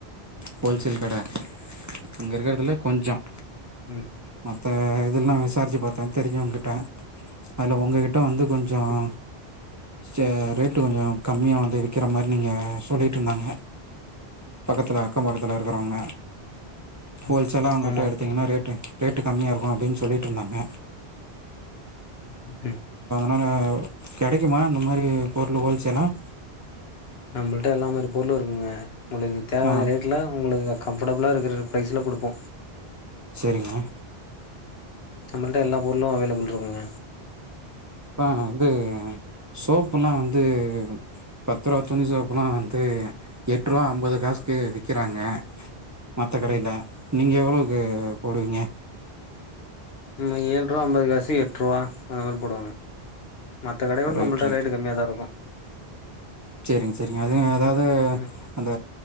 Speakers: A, on the right; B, on the left.
A: ஹோல்சேல் கட இங்க இருக்குறதுலயே கொஞ்சம்.
B: ம்
A: மற்ற இதெல்லாம் விசாரிச்சு பாத்தேன் தெரிஞ்சவங்க கிட்டே அதில உங்ககிட்ட. கிட்ட வந்து கொஞ்சோம்.
B: ம்
A: ச ரேட்டு கொஞ்சம் கம்மியா வந்து விக்கிற மாதிரி நீங்க சொல்லிட்டு இருந்தாங்க பக்கத்துல அக்கம் பக்கத்துல இருக்கிறவங்க. ஹோல்சேல்லா
B: ம்
A: அவங்ககிட்ட
B: ஆமா
A: எடுத்தீங்கன்னா ரேட். டே. ரேட்டு கம்மியா இருக்கும். அப்படின்னு சொல்லிட்டு இருந்தாங்க.
B: <unintelligible>
A: னால கெடைக்குமா இந்தந்த மாதிரி பொருள் ஹோல்சேல்லாம்.
B: நம்மள்ட எல்ல மாதிரி பொருளும் இருக்குங்க உங்களுக்கு தேவையான
A: ஆ
B: ரேட்ல உங்களுக்கு. கம்ஃபர்டபுளாக இருக்கிற ப்ரைஸில கொடுப்போம்.
A: செரிங்க.
B: நம்மள்ட எல்லா பொருளும் அவைலபுள் இருக்குங்க.
A: எப்பா வந்து சோப் எல்லா வந்து பத்து ரூபா துணி சோப் எல்லா வந்து எட்டு ரூபா அம்பது காசுக்கு விக்றாங்க. மத்த கடைல,
B: ம்
A: நீங்க எவ்வளவுக்கு போடுவீங்க
B: நம்ம ஏழு ரூவா அம்பது காசு, எட்டு ரூவா அந்த மாரி போடுவாங்க. மத்த கடைய விட
A: ரைட்
B: நம்மள்ட ரேட்டு கம்மியா தா இருக்கும்.
A: செரிங்க செரிங்க அது ஏதாவ் அது
B: ம்
A: அந்த